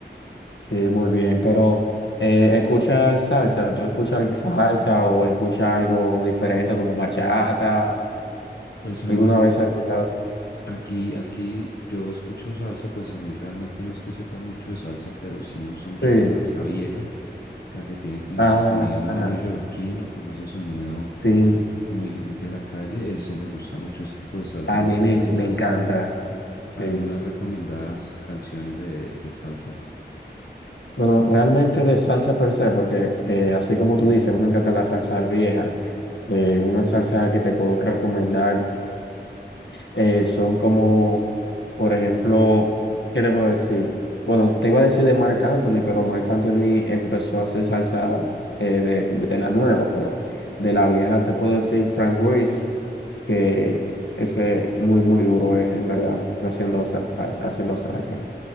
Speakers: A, on the left; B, on the left.
A: Sí, muy bien, pero eh, escucha salsa, ¿tú escuchas salsa o escuchas algo diferente como bachata?
B: Pues Samuel,
A: ¿Alguna vez has escuchado?
B: Aquí, aquí yo escucho salsa, pues a mí realmente no es que sepa mucho de salsa, pero sí me gusta mucho
A: Sí.
B: la salsa vieja, la que tiene como
A: Ah,
B: ese sonido muy
A: ah,
B: neoyorquino, como ese sonido
A: sí,
B: muy de la calle. Ese me gusta mucho ese tipo de salsa.
A: a
B: No
A: mí
B: sé
A: me,
B: si tengas
A: me encanta. Sí.
B: algunas recomendadas canciones de, de salsa.
A: Bueno, realmente de salsa per se, porque eh, así como tú dices, a mí me encantan las salsas viejas. Eh, una salsa que te puedo recomendar eh, son como, por ejemplo, ¿qué te puedo decir? Bueno, te iba a decir de Marc Anthony, pero Marc Anthony empezó a hacer salsa eh, de, de la nueva, pero de la vieja te puedo decir Frank Ruiz. que ese muy, muy duro en, en verdad, haciendo, sa- haciendo salsa.